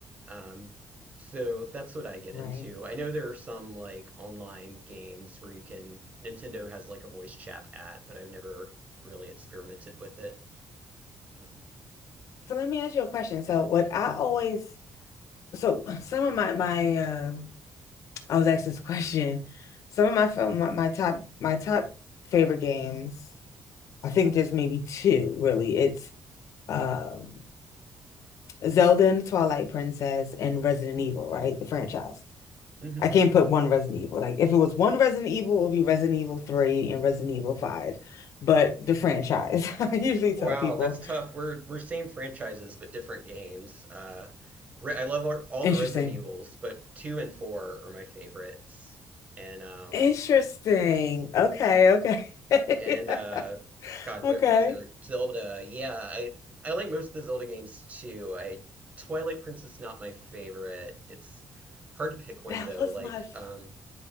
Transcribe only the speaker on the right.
Um, so that's what I get
into. I know there are some like online games where you can, Nintendo has like a voice chat app, but I've never really experimented with it. Um,
hmm
Wow,
that's tough. We're we're same franchises but different games. Uh, re I love all, all
the Resident Evils, but two and four are my favorites. And um,
And uh
God,
what was the other Zelda? Yeah, I I like most of the Zelda games too. I Twilight Princess not my favorite. It's hard to pick one
though.
Like
um